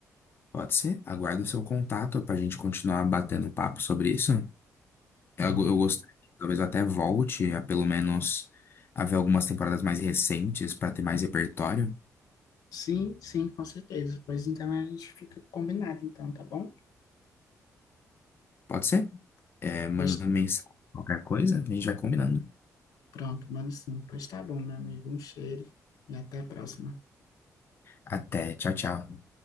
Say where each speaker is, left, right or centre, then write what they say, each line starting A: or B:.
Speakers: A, on the left; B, on the left.
A: Pode ser? Aguardo o seu contato para a gente continuar batendo papo sobre isso. Eu,
B: Pronto.
A: eu gostei. Talvez eu até volte a pelo menos a ver algumas temporadas mais recentes para ter mais repertório.
B: Sim, sim, com certeza. Pois então a gente fica combinado, então, tá bom?
A: Pode ser? É, manda
B: Pois
A: mensagem, qualquer coisa, a gente vai combinando.
B: pronto, mano, sim. Pois tá bom, meu amigo. Um cheiro e até a próxima.
A: Até, tchau, tchau.